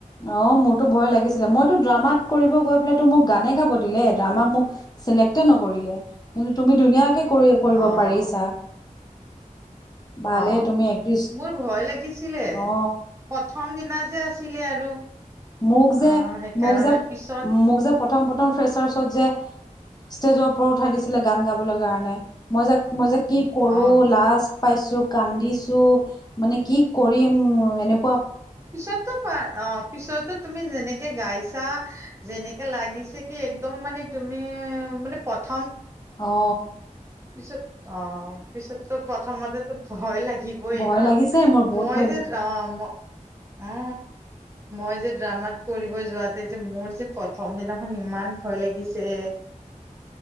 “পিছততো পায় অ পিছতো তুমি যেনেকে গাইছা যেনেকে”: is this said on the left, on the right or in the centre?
Right